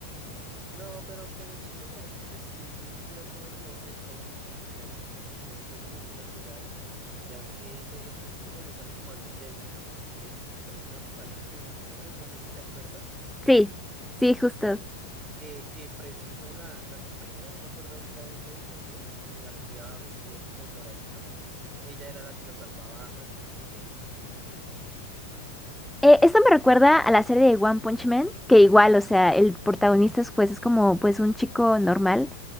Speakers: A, on the right; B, in the centre.
A: No, pero Kenichi se me hace que sí, no tiene como este tópico, digamos que sí fue un poco muy natural, ya que desde el principio lo muestran como alguien débil, y de hecho les dan unas palizas en los primeros, no sé si te acuerdas,
B: Sí, sí, justo.
A: y que, que preciso la, la compañera, no me acuerdo ahorita de- del nombre, la que llevaba vestido como moradito, ella era la que lo salvaba al principio,
B: Eh, esto
A: ¿no?
B: me recuerda a la serie de One Punch Man, que igual, o sea, el protagonista es, pues es como pues un chico normal